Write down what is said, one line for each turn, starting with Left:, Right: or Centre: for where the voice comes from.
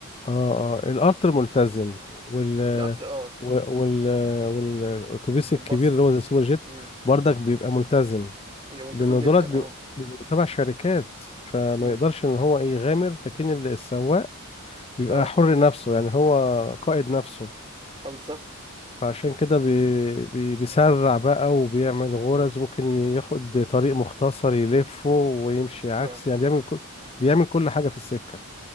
Left: اه اه القطر ملتزم وال
Right: القطر اه
Left: و- وال والاتوبيس
Right: والباص
Left: الكبير اللي هو زي السوبر جيت
Right: امم
Left: برضك بيبقى ملتزم
Right: بيبقى ملتزم
Left: لان
Right: جدا
Left: دولت بيبقوا
Right: اه
Left: بيبقوا تبع شركات فما
Right: امم
Left: يقدرش ان هو إيه يغامر لكن ال- السواق بيبقى
Right: اه
Left: حر نفسه يعني هو قائد نفسه
Right: اه بالظبط
Left: فعشان كده بي بي بيسرع بقى وبيعمل غرز
Right: امم
Left: ممكن ياخد طريق مختصر يلفه ويمشي عكس
Right: اه
Left: يعني بيعمل كل بيعمل كل حاجة في السكة